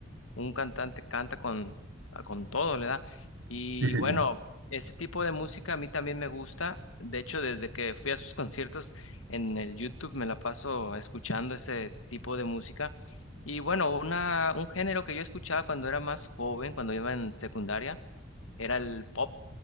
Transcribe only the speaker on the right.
sí, sí,
sí.